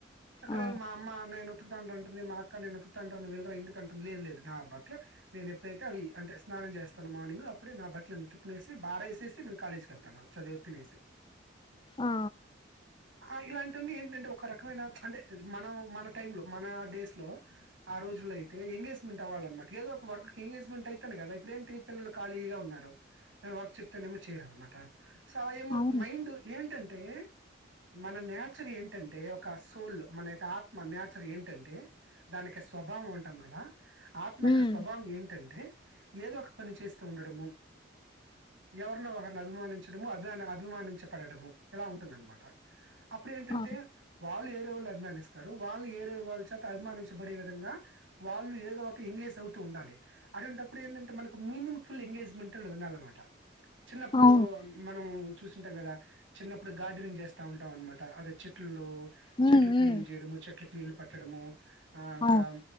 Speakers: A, on the right (about 85°); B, on the left (about 25°).
A: అక్కడే
B: ఆ
A: మా అమ్మ నేను ఉతుకతా అంటుంటది మా అక్క నేను ఉతుకుతా అంటాది నువ్వు వెల్దుర ఇంటికి అంటుంది లేదు లేదు నా బా ట్లు నేను ఎప్పుడైతే అవి అంటే స్నానం చేస్తాను మార్నింగ్ అప్పుడే నా బట్టలను ఉతుకునేసి బార వేసేసి నేను కాలేజీ కెళ్తాను చదివు తినేసి
B: ఆ,
A: ఆ ఇలాంటిన్నీ ఏంటంటే ఒక రకమైన అంటే మనం మన టైమ్ లో మన డేస్ లో ఆ రోజు జులో అయితే ఎంగేజ్మెంట్ అవ్వాలన్నమాట ఏదో ఒక వర్క్ ఎంగేజ్మెంట్ అవుతానే కదా ఇప్పుడ ఏంటి పిల్లలు ఖాళీగా ఉన్నారు ఆ వర్క్ చెప్తేనేమో చేయరు అనమాట్ ట సో అలా ఏమవుతుంది
B: అవును
A: మైండ్ ఏంటంటే మన నేచర్ ఏంటంటే ఒక సోల్ మన యొక్క ఆత్మ నేచర్ ఏంటంటే దానికి స్వభావం ఉంటాం కదా ఆత్మ యొక్క
B: ఉమ్
A: స్వభావం ఏంటంటే ఏదో ఒక పని చేస్తూ ఉండడము ఎవరినో ఒకరిని అభిమానించడము అభి అనే అభిమానించబడడము ఇలా ఉంటుంది అనమాట అప్పుడు ఏంటంటే
B: ఆ
A: వాళ్ళు ఏరే వాళ్ళ అబ్ అభిమానిస్తారు వాళ్ళు ఏరే వాళ్ళ చేత అభిమానించబడే విధంగా వాళ్ళు ఏదో ఒక క ఎంగేజ్ అవుతూ ఉండాలి అటువంటప్పుడు ఏంటంటే మనకు మీనింగ్ ఫుల్ ఎంగేజ్మెంట్ అనేది ఉండాలన్నమాట చిన్నప్పుడు
B: అవును
A: మనం చూసింటాం కదా చిన్నప్పుడు గార్డెనింగ్ చేస్తా ఉంటాం అనమాట అదే చెట్లు
B: ఉమ్
A: చెట్లు క్లీనింగ్
B: ఉమ్
A: చేయడము చెట్లకి నీళ్ళు పట్టడము ఆ ఇంకా
B: అవును